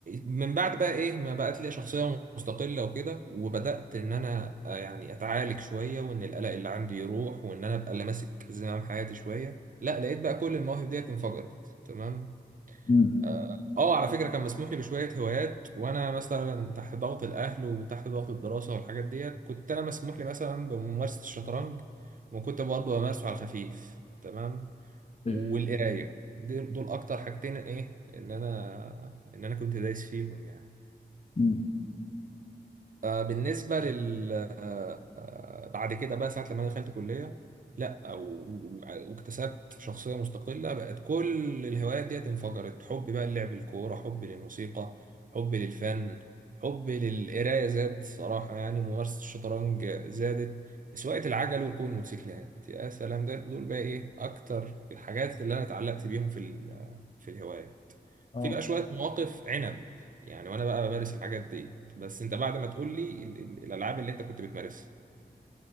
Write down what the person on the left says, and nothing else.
امم
ايوه
امم
اه